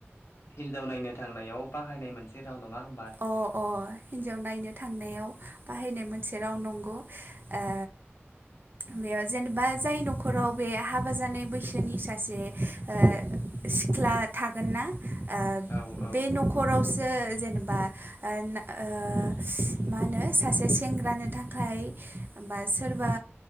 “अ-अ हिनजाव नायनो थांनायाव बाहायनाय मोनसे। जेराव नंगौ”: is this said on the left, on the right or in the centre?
Right